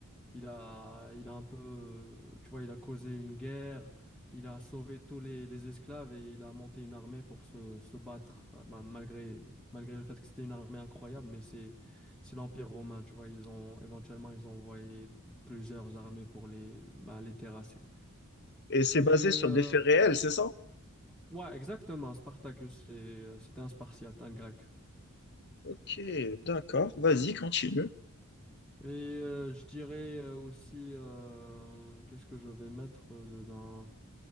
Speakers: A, in the centre; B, on the left.
A: il a, il a un peu, tu vois, il a causé une guerre, il a sauvé tous les, les esclaves et il a monté une armée pour se, se battre, euh, ma- malgré, malgré le fait que c'était une armée incroyable, mais c'est, c'est l'Empire romain, tu vois, ils ont, éventuellement, ils ont envoyé plusieurs armées pour les, bah, les terrasser.
B: Et c'est
A: Et,
B: basé sur
A: euh,
B: des faits réels, c'est ça?
A: ouais, exactement, Spartacus, c'est- euh, c'était un Spartiate, un grec.
B: Ok, d'accord, vas-y, continue.
A: Et euh, je dirais euh, aussi, euh, qu'est-ce que je vais mettre euh, dedans?